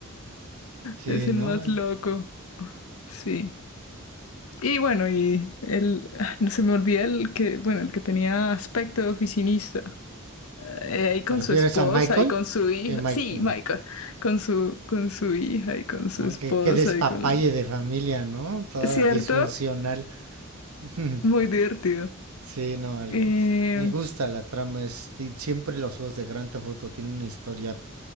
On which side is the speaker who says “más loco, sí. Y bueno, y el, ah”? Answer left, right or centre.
Left